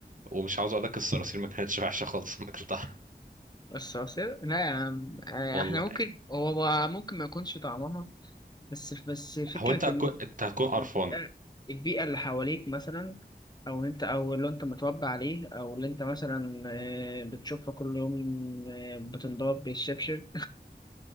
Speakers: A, on the right; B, on the left.
A: ومش عاوز اقول لك الصراصير ما كانتش وحشه خالص ما اكلتها
B: بس أصل- لا يا عم آه،
A: والله
B: احنا ممكن هو هو ممكن ما يكونش طعمها بس بس فكرة
A: هو انت هتكون
B: ان
A: انت هتكون قرفان
B: البيئة البيئة اللي حواليك مثلا أو اللي أنت أو اللي أنت متربي عليه أو اللي أنت مثلا آه، بتشوفها كل يوم آه، بتنضرب بالشبشب